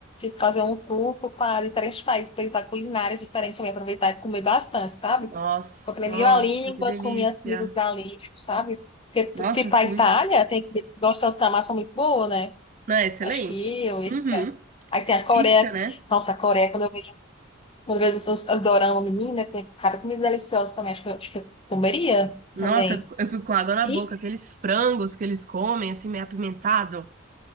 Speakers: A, on the left; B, on the right.
A: Fazer um tour para diferentes países, para culinárias diferentes, também aproveitar e comer bastante, sabe?
B: nossa,
A: Aprendi
B: nossa,
A: a língua,
B: que delícia.
A: comi as comidas dali, sabe? Porque, porque
B: Nossa,
A: para
B: sim.
A: a Itália tem que gostar dessa massa muito boa, né?
B: Não, é excelente.
A: Acho que eu.
B: Uhum.
A: Aí tem a Coreia.
B: Pizza, né?
A: Nossa, a Coreia, quando eu vejo, quando eu vejo os os dorama, menina, tem cada comida deliciosa também. Acho que, eu- acho que eu comeria
B: Nossa,
A: também.
B: eu fico, eu fico com água na
A: E
B: boca. Aqueles frangos que eles comem, assim, meio apimentado.